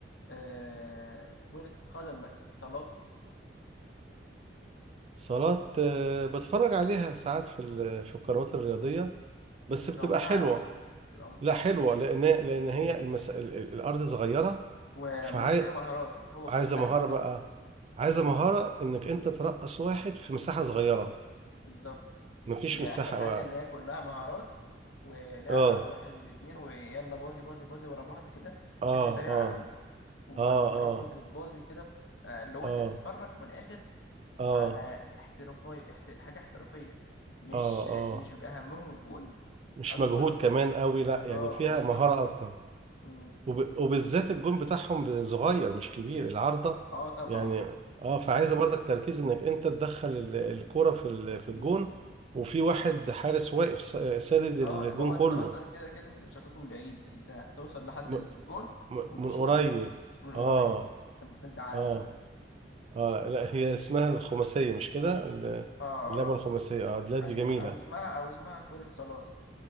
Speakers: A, on the left; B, on the right.
A: آه كرة قدم بس صالات
B: صالات آه، بتفرج عليها ساعات في ال- في القنوات الرياضية
A: مم. بس
B: بس
A: هتبقى
B: بتبقى
A: ممتعة
B: حلوة
A: قوي تبقى ممتعة
B: لا حلوة
A: جدا
B: لأن لأن هي المس... ال- ال- الأرض صغيرة
A: ومحتاجة
B: فعايزة
A: مهارات هو كلها
B: مهارة
A: مهارات
B: بقى عايزة
A: مم.
B: مهارة إنك أنت ترقص واحد في مساحة صغيرة
A: بالظبط
B: مفيش
A: هي
B: مساحة
A: أحسن حاجة
B: و...
A: إن هي كلها مهارات ولعب
B: آه
A: على الواحد والاتنين ويلا باظي باظي باظي ورا بعض كده
B: آه
A: بشكل سريع
B: آه
A: قوي ومهارات
B: آه آه
A: وأنت بتباظي كده آه، اللي هو
B: آه
A: أنت بتتفرج من الآخر
B: آه
A: على احترافية احت... حاجة احترافية مش
B: آه آه
A: مش بيبقى همهم الجول
B: مش
A: أكبر
B: مجهود كمان قوي لا يعني
A: اه
B: فيها
A: بالظبط
B: مهارة أكتر
A: مم.
B: وب... وبالذات الجون بتاعهم صغير مش كبير العارضة
A: اه طبعا
B: يعني اه فعايزة برضك تركيز انك انت تدخل ال- الكرة في ال... في الجون
A: مم.
B: وفي واحد حارس واقف س- سادد الجون
A: اه لو
B: كله
A: انت اصلا كده كده انت مش هتشوط من بعيد انت هتوصل لحد
B: م...
A: الجول
B: م...
A: وتشوط
B: من قريب
A: من قريب
B: اه
A: انت انت عدي
B: اه اه لا هي اسمها الخماسية مش كده ال-
A: اه اه
B: اللعبة
A: اه
B: الخماسية اه لا دي
A: ايوه
B: جميلة
A: او اسمها او اسمها كرة صالات